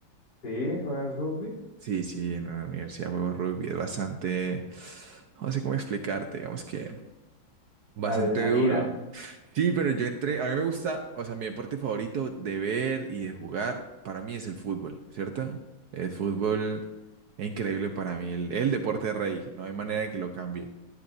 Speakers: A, on the left (about 60°); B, on the right (about 65°).
A: ¿Sí? ¿Juegas rugby?
B: Sí, sí, en la universidad juego rugby, es bastante, no sé cómo explicarte, digamos que bastante
A: Adrenalina,
B: duro. Sí, pero yo entré, a mí me gusta, o sea, mi deporte favorito de ver y de jugar para mí es el fútbol, ¿cierto? El fútbol es increíble para mí, el, el deporte rey, no hay manera de que lo cambie.